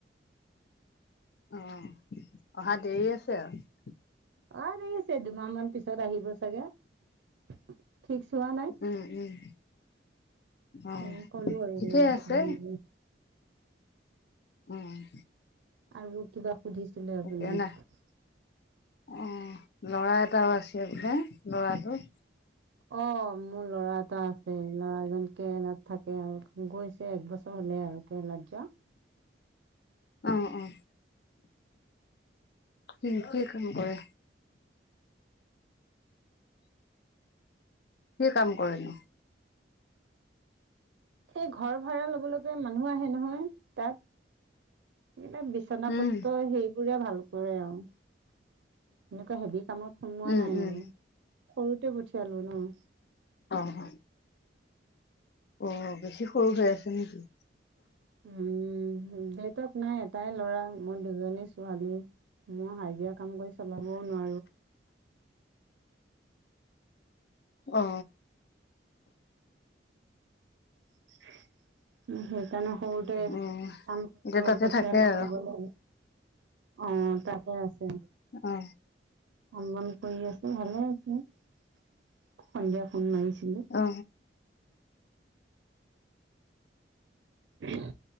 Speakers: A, on the left; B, on the right.
A: অ', অহা দেৰি আছে আৰু
B: অ', দেৰি আছে। দুমাহ মান পিছত আহিব চাগে ফিক্স হোৱা নাই।
A: উম', উম, অ,
B: এনে ক'লো আৰু
A: ঠিকেই আছে। উম',
B: আৰু কিবা সুধিছিলে আপুনি।
A: এতিয়া না অ', লৰা এটাও আছে বোলে। লৰাটো
B: অ', ল'ৰা এটা আছে। ল'ৰাজন নাথাকে আৰু গৈছে এক বছৰ হলে আৰু <unintelligible> <unintelligible>
A: অ', অ, কি কি কাম কৰে? কি কাম কৰিনো?
B: এই ঘৰ ভাড়া লব লগে মানুহ আহে নহয় তাত কিব বিচনাপত্ৰ
A: উম
B: সেইবোৰে ভাল আৰু এনেকুৱা হেভি কামত সোমোৱা
A: উম
B: নাই মানে
A: উম
B: সৰুতে পঠিয়ালো ন
A: অ', অ বেছি সৰু হৈ আছে নেকি?
B: উম দেউতাক নাই এটাই ল'ৰা মোৰ। দুজনী ছোৱালী মই হাজিৰা কাম কৰি চলাবও নোৱাৰো।
A: অ।
B: <unintelligible> উম সেইকাৰণে সৰুতে কাম
A: অ এতিয়া
B: অ
A: তাতে
B: পঠিয়ালো
A: থাকে আৰু
B: কৰিবলে। অ তাতে আছে।
A: অ।
B: কাম -বন কৰি আছে ভালে আছে সন্ধিয়া ফোন মাৰিছিলে।
A: অ।
B: উঘ্।